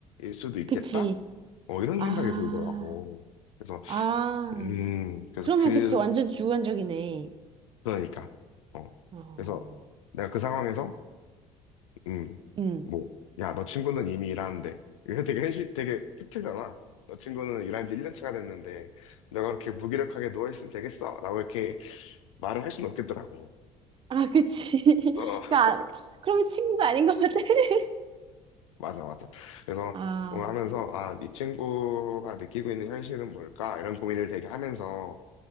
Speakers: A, on the left (about 70°); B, on the right (about 30°).
A: 수도 있겠다
B: 그치.
A: 어 이런
B: 아.
A: 생각이 들더라고 그래서
B: 아.
A: 음 그래서
B: 그러면
A: 그
B: 그치 완전 주관적이네.
A: 그러니까 어
B: 어.
A: 그래서 내가 그 상황에서 음뭐야
B: 응.
A: 너 친구는 이미 일하는데 이게 되게 현실 되게 팩트잖아 너 친구는 일한 지 1년 차가 됐는데 내가 그렇게 무기력하게 누워있으면 되겠어 라고 이렇게 말을 할 수는 없겠더라고
B: 아 그치. <laughs>
A: 어,
B: 그러니까
A: <laughs>
B: 그러면 친구가 아닌 것 같아. <laughs>
A: 맞아, 맞아. 그래서
B: 아.
A: 뭔가 하면서, 아, 이 친구가 느끼고 있는 현실은 뭘까? 이런 고민을 되게 하면서